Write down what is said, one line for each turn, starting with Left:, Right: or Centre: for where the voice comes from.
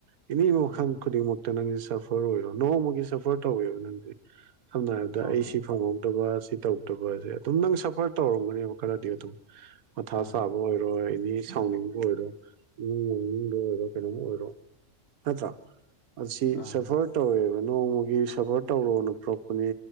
Right: ꯑꯦꯅꯤ ꯃꯈꯜ
Left: ꯑꯥ
Right: ꯈꯨꯗꯤꯡꯃꯛꯇ ꯅꯪꯁꯦ ꯁꯐꯔ ꯑꯣꯏꯔꯣ ꯅꯣꯡꯃꯒꯤ ꯁꯐꯔ ꯇꯧꯋꯦꯕ ꯅꯪꯁꯦ ꯁꯝꯅ ꯍꯥꯏꯔꯕꯗ
Left: ꯍꯣꯏ
Right: ꯑꯩ ꯁꯤ ꯐꯪꯉ ꯁꯤ ꯇꯧꯗꯕꯁꯦ ꯑꯗꯨꯝ ꯅꯪ ꯁꯐꯔ ꯇꯧꯔꯝꯒꯅꯦꯕ ꯈꯔꯗꯤ ꯑꯗꯨꯝ ꯃꯊꯥ
Left: ꯑꯥ
Right: ꯆꯥꯕ ꯑꯣꯏꯔꯣꯏ ꯑꯦꯅꯤ ꯁꯥꯎꯅꯤꯡꯕ ꯑꯣꯏꯔꯣ ꯏꯃꯨꯡ ꯃꯅꯨꯡꯅꯤꯡꯗ ꯑꯣꯏꯔꯣ ꯀꯩꯅꯣꯝ ꯑꯣꯏꯔꯣ ꯅꯠꯇ꯭ꯔꯥ ꯑꯁꯤ
Left: ꯑꯥ
Right: ꯁꯐꯔ ꯇꯧꯔꯦꯕ ꯅꯣꯡꯃꯒꯤ ꯁꯐꯔ ꯇꯧꯔꯣꯅ ꯔꯛꯄꯅꯦ